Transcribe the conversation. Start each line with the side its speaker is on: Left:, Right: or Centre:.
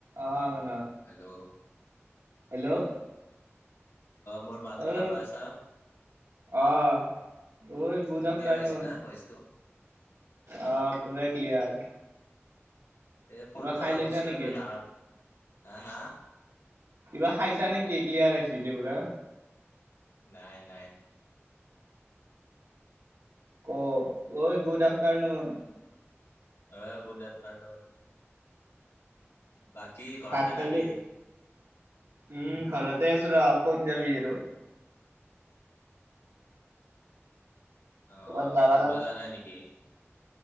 Right: অ ম
Left: হেল্ল'
Right: হেল্ল'
Left: মোৰ মাত শুনা
Right: আহ
Left: পাইছা
Right: আহ গুড
Left: ক্লিয়াৰ
Right: আফ্টাৰনন
Left: আহিছে না ভইচটো
Right: আহ পুৰা ক্লিয়াৰ।
Left: এই
Right: কিবা
Left: ফোনটো
Right: খাই
Left: অলপ
Right: লৈছা
Left: ওচৰত
Right: নেকি?
Left: লৈ ডাঙৰ। হা হা
Right: কিবা খাইছা নেকি ক্লিয়াৰ আহিছ যে পুৰা
Left: নাই নাই
Right: অ ঐ গুড আফ্টাৰনুন।
Left: অঁ গুড আফ্টাৰ্ণুন বাকী ঘৰতে
Right: ভাত খালি
Left: নে কি?
Right: উম ঘৰতে আছো ৰ ক'ত যাবি আৰু।
Left: অ
Right: ক'বাত যাবা
Left: ফুৰব যোৱা নাই নেকি?